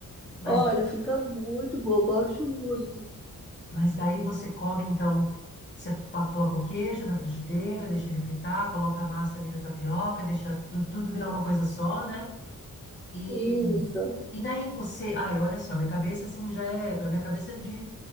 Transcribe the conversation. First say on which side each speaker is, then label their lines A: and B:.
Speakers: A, on the left; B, in the centre.
A: Mas,
B: Olha, fica muito bom, gosto muito.
A: mas daí você come, então, você pa- coloca o queijo na frigideira, deixa ele fritar, coloca a massa ali da tapioca, deixa tu- tudo virar uma coisa só, né? E
B: Isso.
A: E daí você, ai, olha só, minha cabeça assim já é, a minha cabeça é de,